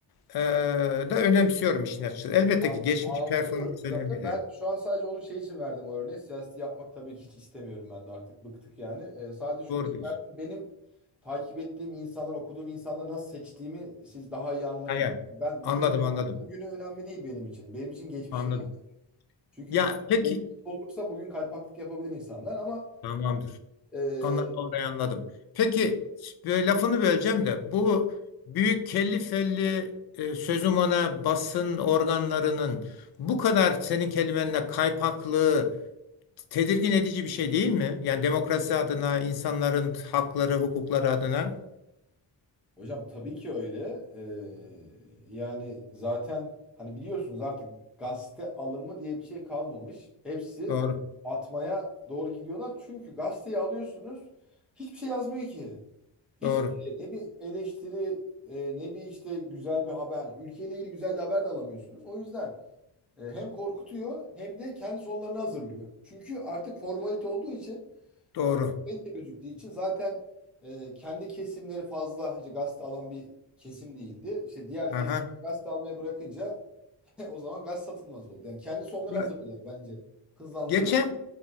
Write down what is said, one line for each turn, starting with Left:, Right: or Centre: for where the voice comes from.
Left: e, da önemsiyorum işin açıkçası. Elbette
Centre: A-
Left: ki geçmiş
Centre: Anlıyorum
Left: performans
Centre: hocam.
Left: önemli
Centre: Tabii ben
Left: de.
Centre: şu an sadece onun şey için verdim o örneği. Siyaseti yapmak tabii ki hiç istemiyorum ben de artık. Bıktık yani. Ee, sadece şunu
Left: Doğru
Centre: için
Left: diyorsun.
Centre: verdim. Benim takip ettiğim insanlar, okuduğum insanları nasıl seçtiğimi siz daha iyi anlayın.
Left: Ha, Yani,
Centre: Ben
Left: anladım,
Centre: bugün
Left: anladım,
Centre: bugünü önemli değil benim için. Benim için geçmişi
Left: anladım.
Centre: de- Çünkü
Left: Ya peki,
Centre: geçmiş olursa bugün kaypaklık yapabilir insanlar ama
Left: tamamdır.
Centre: e,
Left: Ondan orayı anladım. Peki böyle lafını böleceğim de bu büyük kelli felli e, sözüm ona basın organlarının bu kadar senin kelimenle kaypaklığı tedirgin edici bir şey değil mi? Yani demokrasi adına, insanların hakları, hukukları adına.
Centre: Hocam tabii ki öyle. Ee, yani zaten hani biliyorsunuz artık gazete alımı diye bir şey kalmamış. Hepsi
Left: Doğru,
Centre: atmaya doğru gidiyorlar. Çünkü gazeteyi alıyorsunuz hiçbir şey yazmıyor ki. Hiçbir
Left: doğru,
Centre: şey. Ne bir eleştiri e, ne bir işte güzel bir haber. Ülkeyle ilgili güzel bir haber de alamıyorsunuz. O yüzden e, hem korkutuyor hem de kendi sonlarını hazırlıyor. Çünkü artık formalite olduğu için
Left: doğru.
Centre: yani gazete gözüktüğü için zaten e, kendi kesimleri fazla işte gazete alan bir kesim değildi. İşte diğer
Left: Aha.
Centre: kesim gazete almaya bırakınca <laughs> o zaman gaz satılmaz oldu. Yani kendi sonları
Left: Ya,
Centre: hazırlıyorlar bence. Hızlandırıyorlar.
Left: geçen